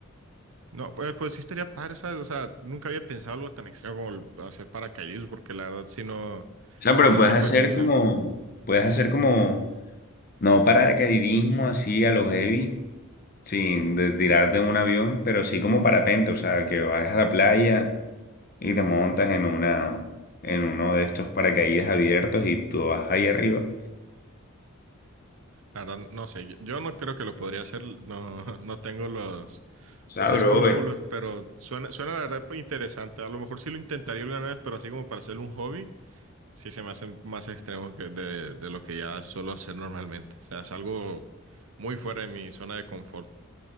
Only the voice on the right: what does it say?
No, pues, pues sí estaría padre, ¿sabes? O sea, nunca había pensado algo tan extremo como el hacer paracaidismo, porque la verdad sí no, no
es el
tipo
de misión.
La verdad, no sé, yo yo no creo que lo podría hacer, no, <laughs> no tengo los,
los
escrúpulos,
pero suena, suena la verdad interesante. A lo mejor sí lo intentaría una vez, pero así como para hacer un hobby, sí se me hace más extremo que de, de lo que ya suelo hacer normalmente. O sea, es algo muy fuera de mi zona de confort.